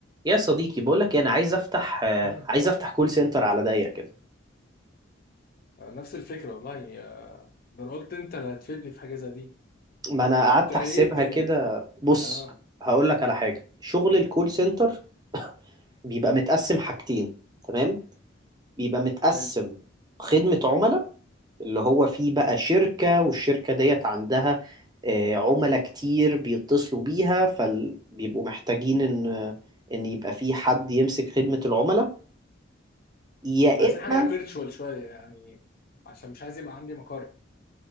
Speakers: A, on the right (about 20°); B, on the left (about 50°).
A: يا صديقي بقولك إيه، انا عايز افتح آه،
B: مم.
A: عايز افتح كول سنتر على ضيق كده
B: نفس الفكرة والله آه، ده انا قلت انت اللي هتفيدني في حاجة زي دي
A: ما انا قعدت
B: انت ايه
A: احسبها
B: الدنيا
A: كده بص
B: اه
A: هقولك على حاجه شغل الكول سنتر بيبقى متقسم حاجتين تمام بيبقى متقسم
B: حلو
A: خدمه عملاء اللي هو فيه بقى شركه والشركه ديت عندها آه، عملاء كتير بيتصلوا بيها فبيبقوا محتاجين ان ان يبقى في حد يمسك خدمه العملاء يا
B: عايزين
A: اما
B: حاجة فيرتشوال شوية يعني عشان مش عايز يبقى عندي مقر